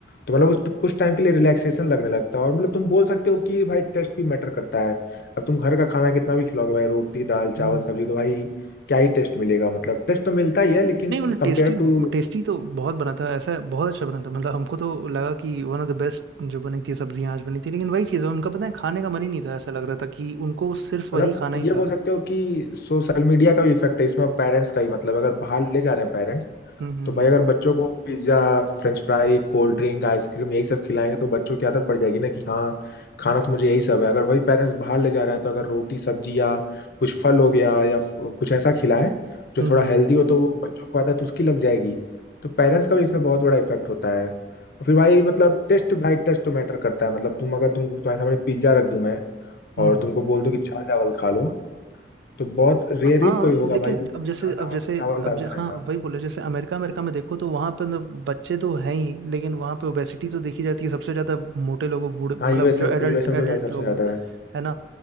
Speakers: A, on the left; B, on the right.
A: तो मतलब उस कुछ टाइम के लिए रिलैक्सेशन लगने लगता है और मतलब तुम बोल सकते हो कि भाई टेस्ट भी मैटर करता है अब तुम घर का खाना कितना भी खिलाओगे भाई रोटी दाल चावल
B: हम्म हम्म,
A: सब्जी
B: हम्म।
A: तो भाई क्या ही टेस्ट मिलेगा मतलब टेस्ट तो मिलता ही है लेकिन
B: नहीं मतलब
A: कंपेयर
B: टेस्टी
A: टू
B: टेस्टी तो बहुत बना था ऐसा बहुत अच्छा बना था मतलब हमको तो लगा कि वन ऑफ द बेस्ट जो बनी थी सब्जियां आज बनी थी लेकिन वही चीज़ है उनका पता है खाने का मन ही नहीं था ऐसा लग रहा था कि उनको सिर्फ वही
A: मतलब
B: खाना
A: ये
B: ही था
A: बोल सकते हो कि सोशल मीडिया का भी इफेक्ट है इसमें पेरेंट्स का ही मतलब अगर बाहर ले जा रहे हैं पेरेंट्स
B: हम्म हम्म
A: तो भाई
B: हम्म
A: अगर बच्चों को pizza french fry cold drink ice cream यही सब खिलाएंगे तो बच्चों की आदत पड़ जाएगी ना कि हाँ खाना
B: हम्म।
A: तो मुझे यही सब है अगर वही पेरेंट्स बाहर ले जा रहे हैं तो अगर रोटी सब्जी या कुछ फल हो गया या फ- कुछ ऐसा खिलाएं जो
B: हम्म
A: थोड़ा
B: हम्म
A: हेल्दी
B: हम्म,
A: हो तो बच्चों को आदत उसकी लग जाएगी तो पेरेंट्स का भी इसमें बहुत बड़ा इफेक्ट होता है और फिर भाई मतलब टेस्ट भाई टेस्ट तो मैटर करता है मतलब तुम अगर तुम तुम्हारे सामने पिज्जा रख दूं मैं
B: हम्म,
A: और
B: हम्म।
A: तुमको बोल दूं कि चावल चावल खा लो तो बहुत रेयर
B: हाँ
A: ही कोई
B: लेकिन
A: होगा भाई जो दाल
B: अब जैसे
A: चावल
B: अब जैसे
A: चावल दाल
B: अब ज,
A: खाएगा
B: हाँ वही बोले जैसे अमेरिका अमेरिका में देखो तो वहाँ पे न- बच्चे तो हैं ही लेकिन वहाँ पे ओबेसिटी तो देखी जाती है सबसे ज्यादा मोटे लोगों बूढ़े मतलब
A: हाँ यूएसए
B: जो एडल्ट
A: यूएसए
B: एडल्ट
A: में तो भाई सबसे
B: लोगों
A: ज्यादा
B: में
A: है
B: है ना